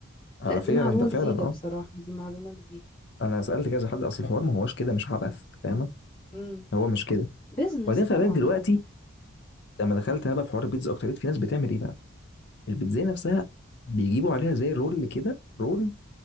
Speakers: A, on the left (about 55°); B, on the left (about 30°).
A: على
B: لا دي
A: فعلا
B: معلومة
A: ده فعلا
B: جديدة
A: اه
B: بصراحة دي معلومة جديدة
A: انا سالت كذا حد اصل الحوار ما هوش كده مش عبث فاهمه
B: امم
A: هو مش كده
B: بيزنس
A: وبعدين
B: طبعا
A: خلي بالك دلوقتي لما دخلت انا بقى في حوار البيتزا اكتر لقيت في ناس بتعمل ايه بقى البيتزاية نفسها بيجيبوا عليها زي رول كده رول